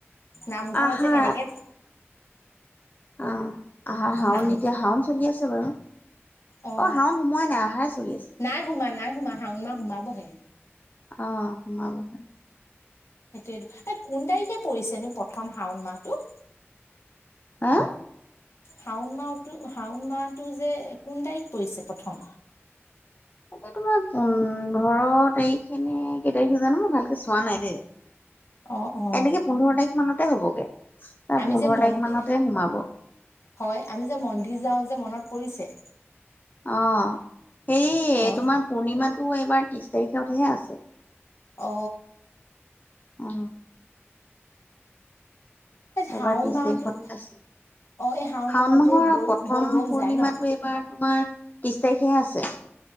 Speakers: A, on the left; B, on the left.
A: নামঘৰৰত
B: আহাৰ
A: যে কেনেকে
B: আহ, আহাৰ হাওন
A: নাম
B: এতিয়া হাওন চলি আছে বাৰু।
A: অ'
B: শাওণ সোমোৱাই নাই আহাৰ চলি আছে।
A: নাই সোমা নাই সোমা হাওন মা সোমাবহে।
B: অ' সোমাবহে।
A: সেই এই কোন তাৰিখে পৰিছেনো প্ৰথম শাওন মাহটো।
B: হা
A: শাওন মাহতো শাওন মাহটো যে কোন তাৰিখ পৰিছে প্ৰথম
B: এতিয়া তোমাৰ পোোন্ধৰ তাৰিখ সেই সনে কেই তাৰিখে জানো মই ভালকে চোৱা নাই দেই
A: অ অ
B: এনেকে পোন্ধৰ তাৰিখ মানতে হবগে তাৰ
A: আমি
B: পোন্ধৰ
A: যে মন্দিৰ
B: তাৰিখ মানতে সোমাব
A: হয় আমি যে মন্দিৰ যাওঁ যে মনত পৰিছে
B: অ সে
A: অ
B: তোমাৰ পূৰ্ণিমাটো এইবাৰ ত্ৰিশ তাৰিখতহে আছে
A: অ
B: অ
A: এই শাওণ
B: এবাৰ দিছে
A: মাহটো
B: সঠিক আছে
A: অ এই
B: শাওণ
A: মাহতে
B: মাহৰ
A: বল
B: প্ৰথম
A: বল বম
B: পূৰ্ণিমাতটো
A: যায় ন
B: এইবাৰ তোমাৰ ত্ৰিশ তাৰিখেহে আছে